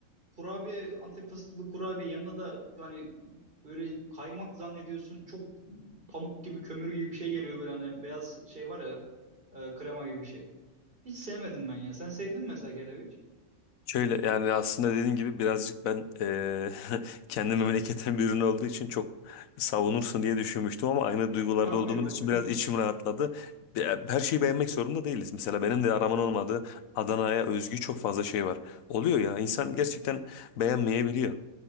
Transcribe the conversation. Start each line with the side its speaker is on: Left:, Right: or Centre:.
Right: kurabiye Antep fıstıklı kurabiye yanına da hani böyle kaymak zannediyorsun çok pamuk gibi kömür gibi bir şey geliyor böyle hani beyaz şey var ya e, krema gibi bir şey. Hiç sevmedim ben ya. Sen sevdin mi mesela kereviç?
Left: Şöyle yani aslında dediğin gibi birazcık ben eee <laughs> kendi memleketim bir ürün olduğu için çok savunursun diye düşünmüştüm ama aynı duygularda
Right: <laughs> Abi
Left: olduğumuz
Right: yok.
Left: için biraz içim rahatladı. Be- Her şeyi beğenmek zorunda değiliz. Mesela benim de araman olmadığı Adana'ya özgü çok fazla şey var. Oluyor ya insan gerçekten beğenmeyebiliyor.